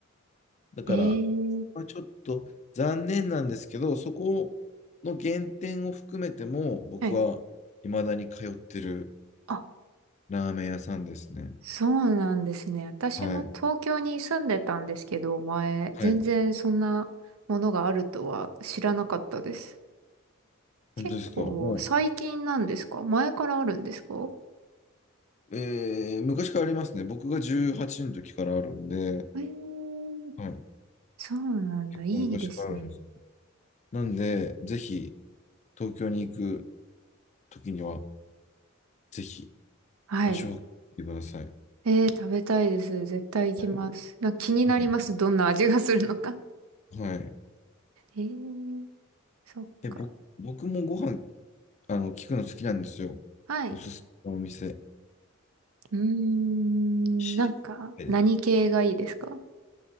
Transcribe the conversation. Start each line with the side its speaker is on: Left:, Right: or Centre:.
Left: だから、
Right: へえ。
Left: まあ、ちょっと残念なんですけど、そこの原点を含めても、僕は未だに通ってる
Right: はい。あ、
Left: ラーメン屋さんですね。
Right: そうなんですね。私も東京に住んでたんですけど、
Left: はい。
Right: 前、
Left: はい。
Right: 全然そんなものがあるとは知らなかったです。結構最近なんですか前からあるんですか
Left: 本当ですか。もう、えー昔からありますね。僕が18の時からあるんで、
Right: えー、
Left: はい、
Right: そうなんだ。
Left: 結構昔からあるんです。
Right: いいですね。
Left: なんで、ぜひ、東京に行く時には、ぜひ、
Right: はい。
Left: 足を運んでください。
Right: えー、食べたいです。絶対行きます。
Left: はい。
Right: なんか気になります。
Left: はい。
Right: どんな味がするのか。
Left: はい。
Right: えー、そっか。
Left: え、ぼ、僕もご飯、あの、聞くの好きなんですよ。
Right: はい。
Left: おすすめのお店。
Right: うーん、
Left: 知りたいです。
Right: なんか、何系がいいですか